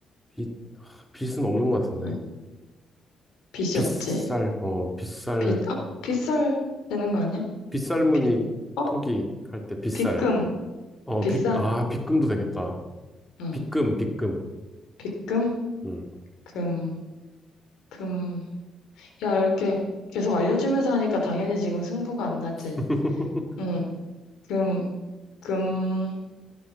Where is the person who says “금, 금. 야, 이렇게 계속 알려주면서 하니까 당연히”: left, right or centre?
Left